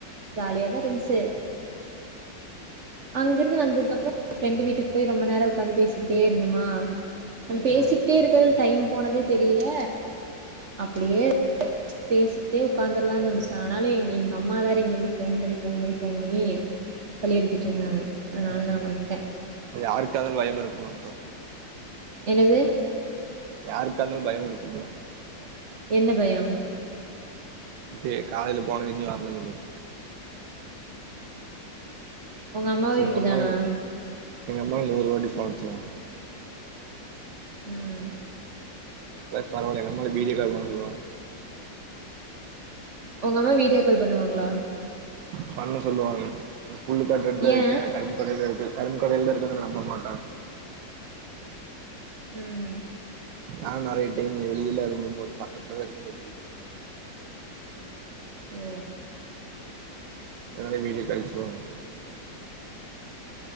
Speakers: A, on the right (about 50°); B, on the right (about 85°).
A: ஜாலியா தா இருந்ச்சு அங்கிருந்து வந்ததுக்கப்றோ ஃப்ரெண்டு வீட்டுக் போய் ரொம்ப நேரோ உக்காந்து பேசிக் கிட்டே இருந்தமா நாங் பேசிக்ட்டே
B: ஆ.
A: இருக்கர்துல் டைம் போனதே தெரீல அப்பிடியே <inaudible> பேசிக்ட்டே உக்காந்தர்லானு தோணுச்சு ஆனாலு எங் எங்க அம்மா வேற இங்கிர்ந்து ஃபோன் பண்ணி ஃபோன் பண்ணி ஃபோன் பண்ணி தொல்ல எடுத்துட்ருந்தாங்க அதனால் நா வந்ட்டே
B: அது யாருக்கார்ந்தாலு பயம் இருக்குமுல்லங்க்கா
A: என்னது
B: யாருக்கா இருந்தாலு பயோ இருக்கும்ல
A: என்ன பயோ
B: இது காலைல போனது இன்னு வரலனு சொல்லி
A: உங்க அம்மாவு
B: செரி
A: இப்டிதானா
B: எங்க அம்மா எங்க அம்மா நூறு வாட்டி ஃபோன் அடிச்சுருவாங்க
A: ம்
B: இதெல்லா பரவால்ல எங்க அம்மா எல்லா வீடியோ கால் பண்ண சொல்லுவாங்க
A: உங்க அம்மா வீடியோ கால் பண்ணுவாங்ளா
B: பண்ண சொல்லுவாங்க புல்லு காட்டு கிட்ட
A: ஏ
B: இருக்க கரும்பு கட கிட்ட இருக்க கரும்பு கடையில தா இருக்கனு சொன்னா நம்ப மாட்டாங்க
A: ம்
B: நானு நெறைய டைம் வெளியெல்லா இருந்து போட்டு பக்கத்துலதா இருக்க சொல்லீருக்க
A: ஓ
B: அதனாலே வீடியோ கால் பண்ண சொல்லுவாங்க